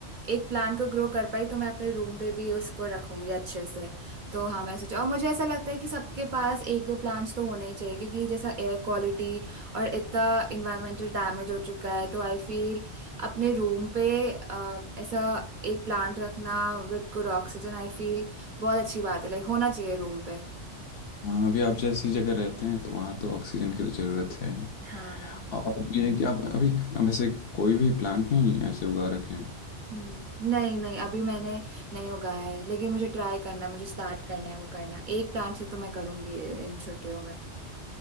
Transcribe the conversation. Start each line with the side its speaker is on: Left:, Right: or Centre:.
Right: एक प्लान को ग्रो कर पाई तो मैं अपने रूम पे भी उसको रखूंगी अच्छे से तो हाँ मैं सोचा और मुझे ऐसा लगता है कि सबके पास एक दो प्लांट्स तो होने ही चाहिए क्योंकि जैसा एयर क्वालिटी और इतना इन्वायरमेंटल डैमेज हो चुका है तो आई फील अपने रूम पे अ, ऐसा एक प्लांट रखना with good oxygen I feel बहुत अच्छी बात है लाइक होना चाहिए रूम पे
Left: हाँ अभी आप जैसी जगह रहते हैं तो वहाँ तो ऑक्सीजन की तो ज़रूरत है
Right: हाँ
Left: और ये है कि आप अभी वैसे कोई भी प्लांट नहीं ऐसे उगा रखे हैं
Right: हम्म नहीं नहीं अभी मैंने नहीं उगाया है लेकिन मुझे ट्राई करना है मुझे स्टार्ट करना है वो करना एक प्लांट से तो मैं करूंगी इन छुट्टियों में